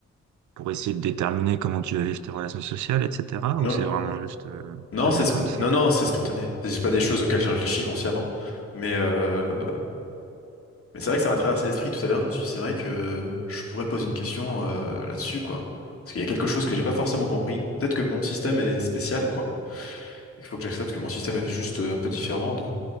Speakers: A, on the right; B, on the left.
A: pour essayer de déterminer comment tu vas vivre tes relations sociales, etc.
B: Non,
A: Ou c'est vraiment juste, euh,
B: non,
A: ça devient
B: c'est, spo-
A: comme ça.
B: non, non, c'est spontané. C'est pas des choses auxquelles j'ai réfléchi consciemment. Mais, euh, mais c'est vrai que ça m'a traversé l'esprit tout à l'heure. Je me suis dit, c'est vrai que je pourrais poser une question, euh, là-dessus, quoi. Parce qu'il y a quelque chose que j'ai pas forcément compris. Peut-être que mon système est spécial, quoi. Il faut que j'accepte que mon système est juste euh, un peu différent de,